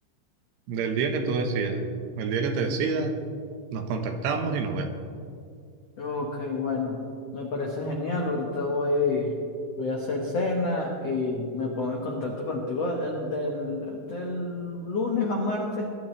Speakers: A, on the right; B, on the left.
A: Del día que tú decidas, el día que te decidas, nos contactamos y nos vemos.
B: Ok, bueno, me parece genial. Ahorita voy, voy a hacer cena y me pongo en contacto contigo el, del, del lunes a martes